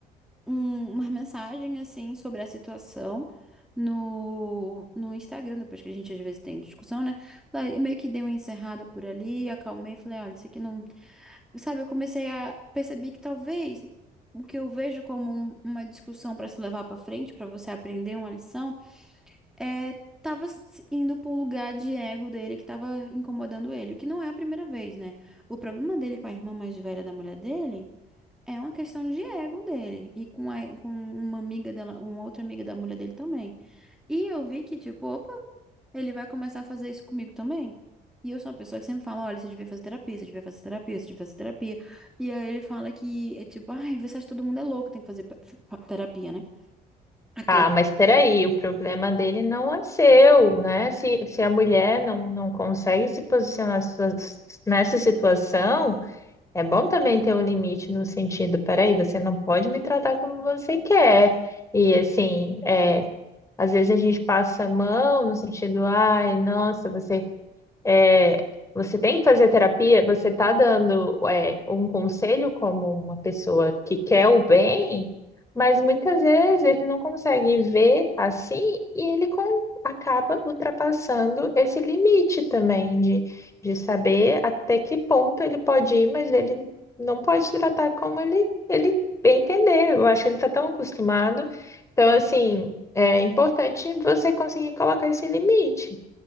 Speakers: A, in the centre; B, on the left.
A: um, uma mensagem, assim, sobre a situação no, no Instagram, depois que a gente às vezes tem discussão, né? Daí, Meio que dei uma encerrada por ali, acalmei, falei, olha, isso aqui não... Sabe, eu comecei a perceber que talvez o que eu vejo como um- uma discussão para se levar para frente, para você aprender uma lição, é, tava s- indo pra um lugar de ego dele que tava incomodando ele, o que não é a primeira vez, né? O problema dele com a irmã mais velha da mulher dele é uma questão de ego dele e com, a, com uma amiga dela, uma outra amiga da mulher dele também. E eu vi que, tipo, opa, ele vai começar a fazer isso comigo também. E eu sou uma pessoa que sempre fala, olha, você devia fazer terapia, você devia fazer terapia, você devia fazer terapia. E aí ele fala que é tipo, ai, você acha que todo mundo é louco, tem que fazer pe- terapia, né? Aquele,
B: Ah, mas peraí, o problema dele não é seu, né? Se, se a mulher não, não consegue se posicionar sua- nessa situação, é bom também ter um limite no sentido, peraí, você não pode me tratar como você quer. E assim, é, às vezes a gente passa a mão no sentido, ai, nossa, você é, você tem que fazer terapia, você está dando, é, um conselho como uma pessoa que quer o bem, mas muitas vezes ele não consegue ver assim e ele com- acaba ultrapassando esse limite também de, de saber até que ponto ele pode ir, mas ele não pode se tratar como ele, ele bem entender. Eu acho que ele está tão acostumado. Então, assim, é importante você conseguir colocar esse limite.